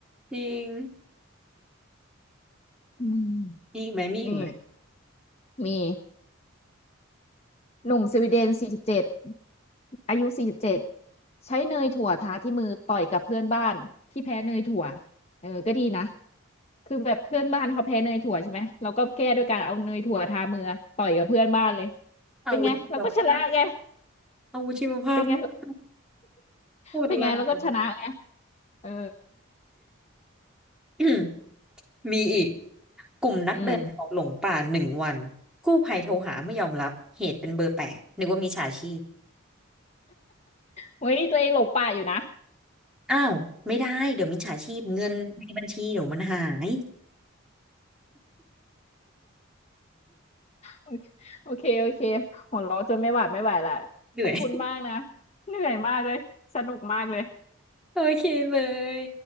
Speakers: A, in the centre; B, on the left (about 30°).
A: จริง
B: อืม
A: มีอีกไหมมีอีกไหม
B: นี่มีหนุ่มสวีเดนสี่สิบเจ็ดอายุสี่สิบเจ็ดใช้เนยถั่วทาที่มือต่อยกับเพื่อนบ้านที่แพ้เนยถั่วเออก็ดีนะคือแบบเพื่อนบ้านเขาแพ้เนยถั่วใช่ไหมเราก็แก้ด้วยการเอาเนยถั่วทามือต่อยกับเพื่อนบ้านเลย
A: อาวุธชีวภาพ
B: เป็นไงเราก็ชนะไง
A: อาวุธชีวภาพมาก
B: เป็นไง
A: โคตรลาย
B: เป็นไงเราก็ชนะไงเออ
A: อืมมีอีกกลุ่มนักเดินเขาหลงป่าหนึ่งวันกู้ภัยโทรหาไม่ยอมรับเหตุเป็นเบอร์แปลกนึกว่ามีฉาชีพ
B: อืมเฮ้ยตัวเองหลงป่าอยู่นะ
A: อ้าวไม่ได้เดี๋ยวมิจฉาชีพเงินในบัญชีเดี๋ยวมันหาย
B: โอเคโอเคโอเคหัวเราะจนไม่หวาดไม่ไหวละขอบคุณมากนะ
A: เหนื่อย
B: เหนื่อยมากเลย สนุกมากเลย
A: โอเคเลย